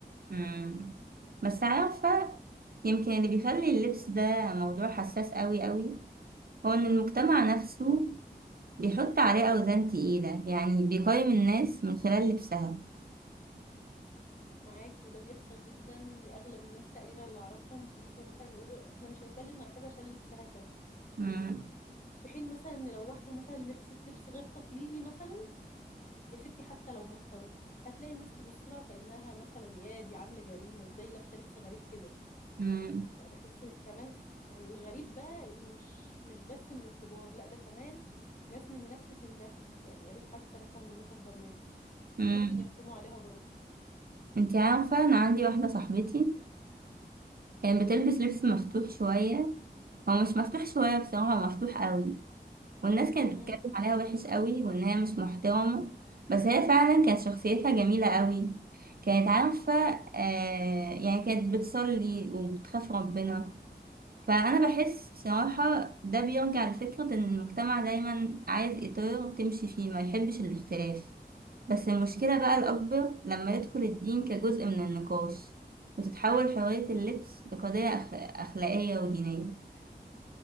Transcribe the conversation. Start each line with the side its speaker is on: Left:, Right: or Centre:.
Right: مم. بس عارفة يمكن اللي بيخلي اللبس ده موضوع حساس قوي قوي هو إن المجتمع نفسه بيحط عليه أوزان تقيلة يعني بيقيم الناس من خلال لبسها
Left: معاكي وده بيحصل جدا لاغلب الناس تقريبا اللي اعرفهم بيجوا مثلا يقولوا احنا مش هنتكلم مع كذا عشان لبسها كذا
Right: مم.
Left: في حين مثلا ان لو واحدة مثلا لبست لبس غير تقليدي مثلا يا ستي حتى لو محترم هتلاقي الناس تبص لها كأنها مثلا يا دي عاملة جريمة ازاي لابسة لبس غريب كده
Right: مم.
Left: يعني بحس كمان يعني الغريب بقى ان مش مش بس من الكبار لا ده كمان ناس من نفس سنها يعني يا ريت حتى مثلا من ناس اكبر منها
Right: مم.
Left: ممكن يحكموا عليها برضه
Right: انتي عارفة أنا عندي واحدة صاحبتي كانت بتلبس لبس مفتوح شوية هو مش مفتوح شوية بصراحة هو مفتوح قوي والناس كانت بتتكلم
Left: امم
Right: عليها وحش قوي وإن هي مش محترمة بس هي فعلا كانت شخصيتها جميلة قوي كانت عارفة آه يعني كانت بتصلي وبتخاف ربنا فأنا بحس بصراحة ده بيرجع لفكرة إن المجتمع دايما عايز إطار تمشي فيه ما يحبش الاختلاف بس المشكلة بقى الأكبر لما يدخل الدين كجزء من النقاش وتتحول حرية اللبس لقضية أخ- أخلاقية ودينية